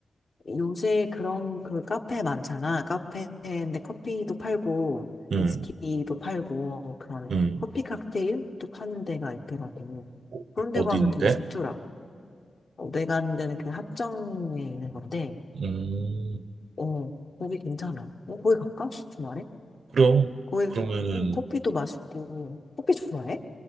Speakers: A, on the left; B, on the right.
A: 요새 그런 그 카페 많잖아. 카페인데 커피도 팔고,
B: 응,
A: 위스키도 팔고, 그런
B: 응.
A: 커피 칵테일도 파는 데가 있더라고.
B: 어,
A: 그런 데
B: 어디인데?
A: 가면 되게 좋더라. 어, 내가 아는 데는 그 합정에 있는 건데,
B: 음,
A: 어, 거기 괜찮아. 어, 거기 갈까? 주말에?
B: 그럼,
A: 거기,
B: 그러면은
A: 응, 커피도 맛있고. 커피 좋아해?